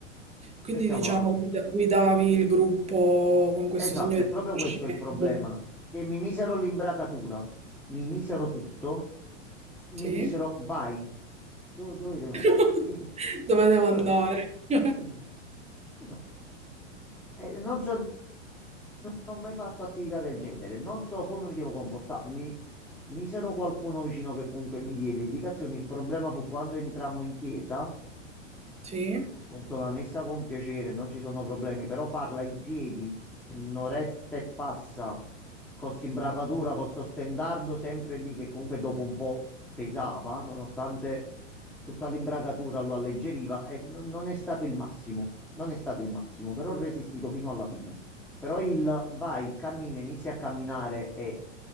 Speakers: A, on the right; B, in the centre.
A: Quindi
B: Mettiamola
A: diciamo
B: così.
A: guida- guidavi il gruppo con questo
B: Esatto,
A: segno di
B: è proprio
A: riconoscimento.
B: questo il problema. Che mi misero l'imbracatura, mi misero tutto, mi
A: Sì.
B: dissero vai, dove, dove devo
A: <laughs>
B: andare? E-
A: Dove devo
B: dove,
A: andare? <laughs>
B: dove devo- Scusate, eh, non so, non ho mai fatto attività del genere, non so come mi devo comportarmi. Misero qualcuno vicino che comunque mi diede indicazioni. Il problema fu quando entrammo in chiesa.
A: Sì.
B: Ascolto la messa con piacere, non ci sono problemi, però farla in piedi, un'oretta e passa, con s'imbracatura, con sto stendardo sempre lì che comunque dopo un po' pesava, nonostante tutta l'imbracatura lo alleggeriva, e n- non è stato il massimo, non è stato il massimo, però ho resistito fino alla fine. Però il vai, cammina, inizi a camminare e